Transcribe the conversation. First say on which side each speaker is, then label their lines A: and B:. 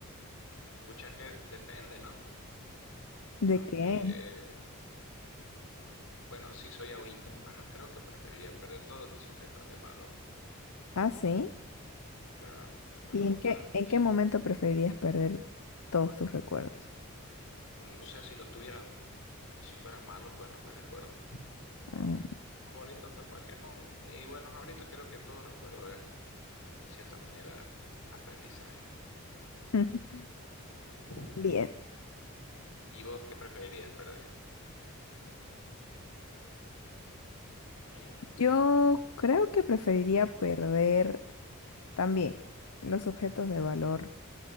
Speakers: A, on the left; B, on the left.
A: Pucha, es que depende, ¿no?
B: ¿de
A: Aunque,
B: qué?
A: eh, mm, bueno, si soy ahorita, bueno, creo que preferiría perder todos mis objetos de valor.
B: Ah, sí.
A: Claro, me
B: ¿Y
A: me gusta.
B: en qué,
A: mis-
B: en qué momento preferirías perder todos tus recuerdos?
A: No sé si los tuviera si fueran malos, pues no me recuerdo.
B: Mm.
A: Si Son bonitos, pues ¿por qué no? Y bueno, ahorita creo que todo recuerdo es, de cierta manera, aprendizaje.
B: <laughs>
A: Ujú.
B: Bien,
A: ¿Y vos qué preferirías perder? ¿Mm?
B: yo creo que preferiría perder también los objetos de valor